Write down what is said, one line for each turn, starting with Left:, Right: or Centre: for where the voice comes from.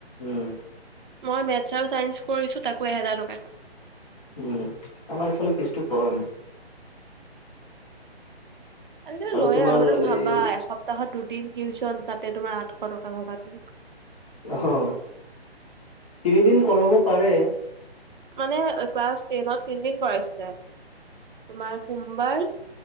Left: উম।
Right: মই মেথছ আৰু চাইন্স কৰিছো তাকো এহেজাৰ টকাত।
Left: উম, আমাৰ এফালে ফিজটো কম।
Right: আজিকালি লয়
Left: তোমাৰ
Right: আৰু সেইতো ভাবা
Left: এই
Right: এশ তহত দুদিন টিউচন তাতে তোমাৰ আঠশ টকা ভাবা তুমি।
Left: অ' তিনিদিন কৰাব পাৰে।
Right: মানে ক্লাছ টেনত তিনদিন পঢ়াইছিলে। তোমাৰ সোমবাৰ,